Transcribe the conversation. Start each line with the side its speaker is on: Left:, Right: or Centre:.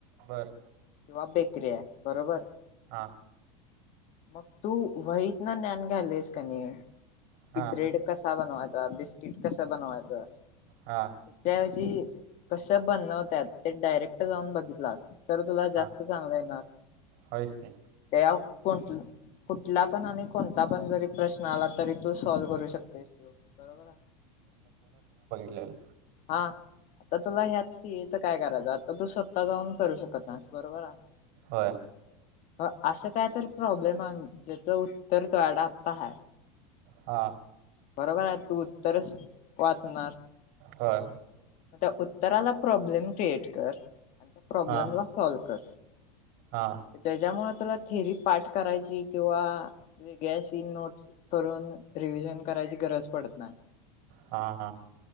Right: बर.
Left: किंवा बेकरी आहे बरोबर
Right: हा
Left: मग तू वहीत ना ज्ञान घ्यालेस कणी
Right: हा
Left: कि ब्रेड कसा बनवाचा बिस्किट कस बनवायचं
Right: हा
Left: त्या ऐवजी कसं बनणवतात ते डायरेक्ट जाऊन बघितलासं तर तुला
Right: हा
Left: जास्त चांगलं येणार
Right: होयच की
Left: त्याव कोण कुठला पण आणि कोणता पण जरी प्रश्न आला तरी तू सॉल्व करू शकतोस तू बरोबर आहे?
Right: ल्यालं
Left: हा आता तुला ह्यात सीए च काय करायचं? आता तू स्वतः जाऊन करू शकत नाहीस बरोबर आहे
Right: होय
Left: अ असं काय तर प्रॉब्लेम आणं ज्याचं उत्तर तूयाकडं आत्ता आहे.
Right: हा
Left: कणंया तू उत्तरच वाचणार
Right: होय
Left: म त्या उत्त तराला प्रॉब्लेम क्रिएट कर आणि त्या प्रॉब्लेमला
Right: हा
Left: सॉल्व कर
Right: हा
Left: त्याच्या मुळं तूला थेरी पाठ करायची किंवा वेगळी अशी नोट्स करून रिव्हजन करायची गरज पडत नायं
Right: हा हा